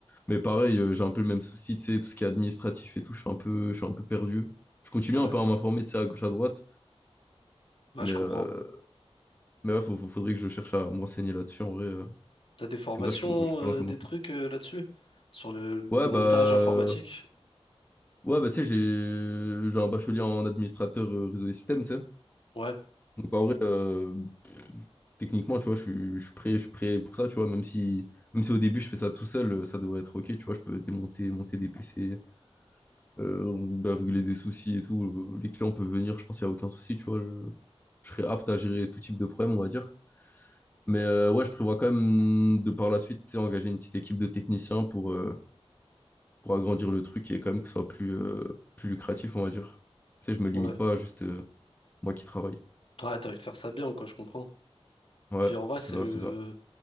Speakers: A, on the left; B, on the left.
A: Mais pareil, euh, j'ai un peu le même souci, tu sais, tout ce qui est administratif et tout, je suis un peu, je suis un peu perdu. Je continue
B: ouais,
A: un peu à m'informer, de ça à gauche, à droite,
B: ouais,
A: mais
B: je comprends.
A: euh, mais ouais, faut- faut- faudrait que je cherche à me renseigner là-dessus en vrai. euh.
B: T'as des formations,
A: Comme ça, je peux, je peux
B: euh,
A: lancer
B: des
A: mon truc.
B: trucs euh, là-dessus? Sur le, le
A: Ouais,
B: montage
A: bah.
B: informatique?
A: Ouais, bah, tu sais, j'ai j'ai un bachelier en administrateur euh, réseau et système, tu sais.
B: Ouais,
A: Donc, en vrai, euh, techniquement, tu vois, je suis, je suis prêt, je suis prêt pour ça, tu vois. Même si, même si au début, je fais ça tout seul, euh, ça devrait être OK, tu vois. Je peux démonter, monter des PC, euh, bah, régler des soucis et tout. Euh, Les clients peuvent venir, je pense qu'il n'y a aucun souci, tu vois. Je, je serai apte à gérer tout type de problème, on va dire. Mais euh, ouais, je prévois quand même de par la suite, tu sais, engager une petite équipe de techniciens pour. euh, pour agrandir le truc et quand même que ce soit plus, euh, plus lucratif, on va dire. Tu sais, je me limite
B: ouais.
A: pas à juste euh, moi qui travaille.
B: Ouais, t'as envie de faire ça bien, quoi, je comprends.
A: Ouais,
B: Puis en vrai,
A: c'est
B: c'est
A: ça,
B: le,
A: c'est ça.